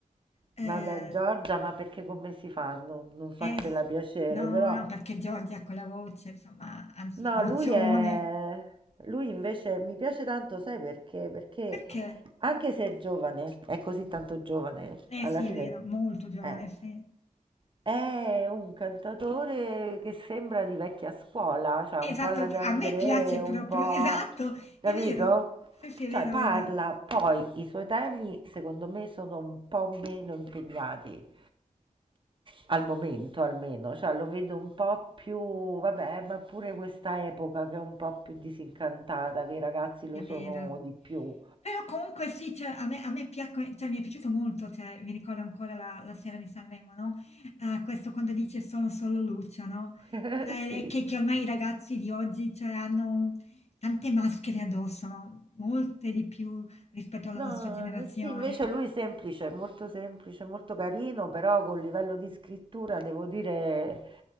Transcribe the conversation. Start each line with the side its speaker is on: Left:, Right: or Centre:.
Left: Eh,
Right: Vabbè, Giorgia, ma perché come si fa a non, non farsela
Left: eh, s-
Right: piacere?
Left: no,
Right: Però
Left: no, perché Giorgia ha quella voce, insomma, anzi,
Right: No,
Left: vocione.
Right: lui è... Lui invece mi piace tanto, sai perché? Perché
Left: Perché?
Right: anche se è giovane, è così tanto giovane,
Left: Eh
Right: alla
Left: sì,
Right: fine
Left: è vero, molto giovane,
Right: è,
Left: sì.
Right: è un cantatore che sembra di vecchia scuola, cioè un
Left: Esatto,
Right: po' alla De André,
Left: a me piace
Right: un
Left: proprio,
Right: po'...
Left: esatto,
Right: capito?
Left: è vero. Sì, sì, è
Right: Cioè
Left: vero,
Right: parla,
Left: è vero.
Right: poi i suoi temi secondo me sono un po' meno impegnati. Al momento almeno, cioè lo vedo un po' più, vabbè, ma pure questa epoca che è un po' più disincantata, che i ragazzi
Left: Sì,
Right: lo
Left: è
Right: sono
Left: vero.
Right: di più.
Left: Però comunque sì, cioè, a me, a me piacque- cioè, mi è piaciuto molto, cioè, mi ricordo ancora la, la sera di Sanremo, no? Eh, questo quando dice sono solo Lucio, no?
Right: <laughs>
Left: Cioè,
Right: Sì.
Left: le- che, che ormai i ragazzi di oggi, cioè, hanno tante maschere addosso, no? Molte di più rispetto alla
Right: No,
Left: nostra generazione.
Right: eh, sì, invece lui è semplice, molto semplice, molto carino, però col livello di scrittura devo dire